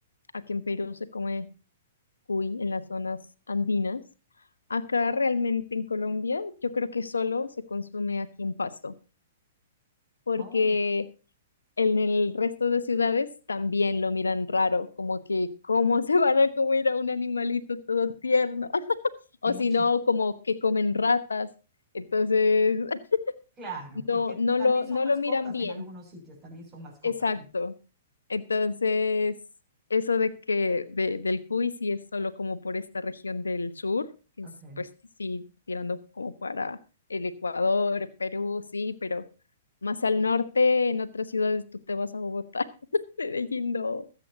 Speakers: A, on the left; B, on the right.
A: a que en Perú se come cuy en las zonas andinas. Acá realmente en Colombia yo creo que solo se consume aquí en Pasto, porque
B: Oh,
A: en el resto de ciudades también lo miran raro, como que cómo se van a comer a un animalito todo tierno, <laughs> o
B: en mucho.
A: si no, como que comen ratas. Entonces, <laughs>
B: Claro,
A: no,
B: porque
A: no
B: también
A: lo,
B: son
A: no
B: mascotas
A: lo miran bien.
B: en algunos sitios, también son mascotas,
A: Exacto.
B: ¿no?
A: Entonces, eso de que de, del Cuy sí es solo como por esta región del sur, que
B: Ok.
A: es pues sí, tirando como para el Ecuador, Perú, sí, pero más al norte, en otras ciudades tú te vas a Bogotá, <laughs> Medellín no,